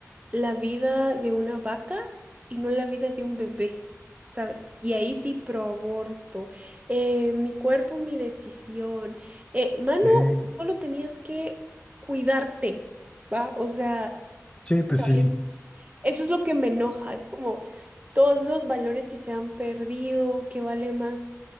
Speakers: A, on the right; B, on the left.
A: la vida de una vaca y no la vida de un bebé, ¿sabes? Y ahí sí pro aborto, eh, mi cuerpo, mi decisión. Eh, mano,
B: Sí,
A: solo tenías que cuidarte, ¿va? O sea,
B: sí, pues
A: ¿sabes?
B: sí,
A: Eso es lo que me enoja, es como todos esos valores que se han perdido, que vale más